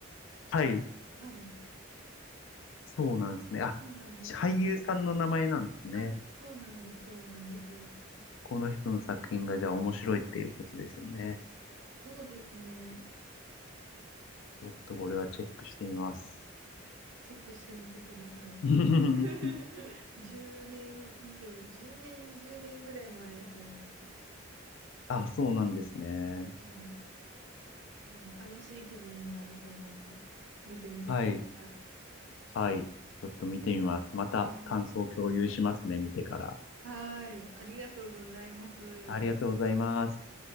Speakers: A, on the left (about 70°); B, on the right (about 65°).
A: はい。
B: はい。
A: そうなんですね。
B: あ、
A: あ、
B: そうなんですよ。
A: 俳優さんの名前なんですね。
B: あ、そうなんです、そうなんです。
A: この人の作品がじゃあ面白いっていうことですよね。
B: そうですね。
A: ちょっとこれはチェックしてみます。
B: チェックしてみてください。
A: <laughs>
B: <laughs> 10年以上、10年、20年ぐらい前やと思うけど、
A: あ、そうなんですね。
B: はい。もう楽しい気分になると思うんで、見てみてください。
A: はい。はい。ちょっと見てみます。また感想を共有しますね、
B: はい。
A: 見てから。
B: はい。ありがとうございます。
A: ありがとうございます。